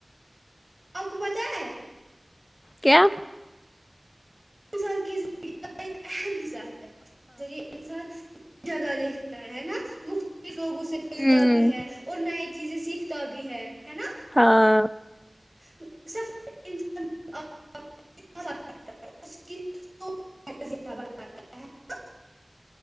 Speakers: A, on the right (about 30°); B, on the left (about 15°).
A: آپ کو پتہ ہے
B: کیا
A: انسان کی زندگی کا ایک اہم حصہ ہے ج ذریعے انسان جگہ دیکھتا ہے ہے نا مختلف لوگوں سے ملتا
B: ہوں
A: بھی ہے اور نئے چیزیں سیکھتا بھی ہے ہے نا
B: ہاں
A: <unintelligible>